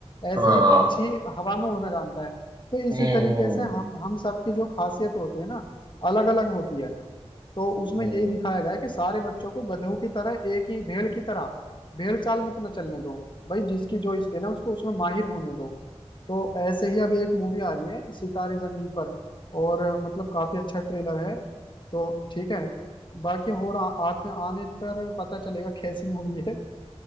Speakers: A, on the left (about 45°); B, on the right (about 40°).
A: ऐसे
B: हाँ
A: ही पक्षी हवा में उड़ना जानता है तो इसी
B: हम्म
A: तरीके से हम हम सबकी जो खासियत होती है ना अलग अलग होती है तो उसमें
B: हम्म।
A: यही दिखाया गया है कि सारे बच्चों को गधों की तरह एक ही भेड़ की तरह भेड़ चाल मत ना चलने दो भाई जिसकी जो स्किल है उसको उसमें माहिर होने दो तो ऐसे ही अभी एक मूवी आ रही है सितारे जमीन पर और मतलब काफी अच्छा ट्रेलर है तो ठीक है बाकी और आ, आते आने पर पता चलेगा कैसी मूवी है